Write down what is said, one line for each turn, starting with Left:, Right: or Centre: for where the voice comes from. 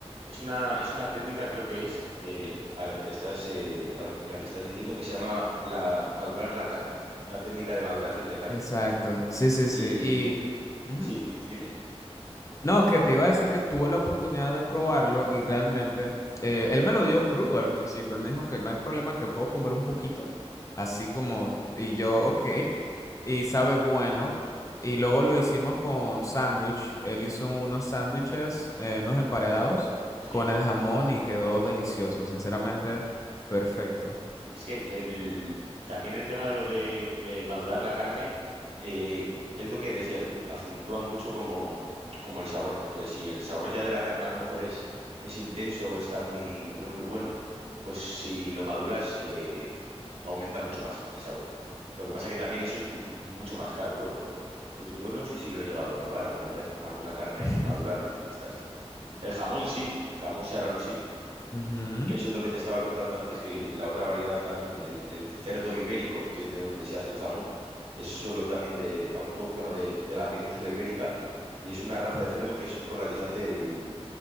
Right: es una, es una técnica, creo que es, eh, a la que te estás, eh, a la, la que estás diciendo que se llama la, madurar la carne, una técnica de maduración de carne.
Left: Exacto, sí, sí, sí.
Right: Y
Left: Y ujú.
Right: sí, di- dime,
Left: No, que te iba a decir que tuve la oportunidad de probarlo y realmente eh, él me lo dio crudo al principio. Él me dijo que no hay problema, que puedo comer un poquito, así como, y yo, ok, y sabe bueno. Y luego lo hicimos con sándwich. Él hizo unos sándwiches, eh, unos emparedados
Right: sí,
Left: con el jamón y quedó delicioso, sinceramente,
Right: anda.
Left: perfecto.
Right: Es que el, también el tema de lo de, de madurar la carne eh, es lo que decías tú, acentúa mucho como, como el sabor. Entonces, si el sabor ya de la carne a lo mejor es, es intenso o está muy, o es muy bueno, pues si lo maduras... eh, aumenta mucho más el sabor. Lo que pasa que también eso es m- mucho más caro luego, ¿eh? Yo- Yo no sé si lo he llegado a probar alguna vez, alguna carne
Left: <laughs>
Right: madurada de estas. El jamón sí, el jamón serrano sí,
Left: Ujú,
Right: que eso es lo que te estaba contando antes, que la otra variedad también, el, el cerdo ibérico, que es de donde se hace el jamón, es solo también de autóctono de, de la península ibérica y es una raza de cerdo que es con la que se hace el,